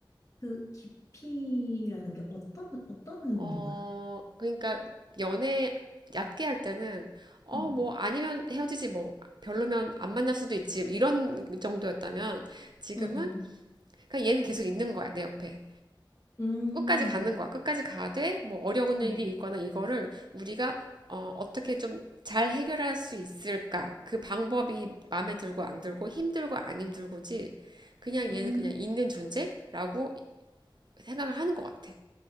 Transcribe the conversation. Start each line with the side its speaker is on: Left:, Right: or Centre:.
Left: 그 깊이라는 게 어떤 어떤 의미인
Right: 어,
Left: 거야?
Right: 그러니까 연애 얕게 할 때는 어,
Left: 응.
Right: 뭐 아니면 헤어지지 뭐 별로면 안 만날 수도 있지 이런 정도였다면 지금은
Left: 응응.
Right: 그냥 얘는 계속 있는 거야 내 옆에
Left: 음.
Right: 끝까지 가는 거야 끝까지 가되 뭐 어려운
Left: 응.
Right: 일이 있거나 이거를 우리가 어, 어떻게 좀 잘 해결할 수 있을까 그 방법이 마음에 들고 안 들고 힘들고 안 힘들고지 그냥
Left: 음,
Right: 얘는 그냥 있는 존재라고 생각을 하는 것 같아.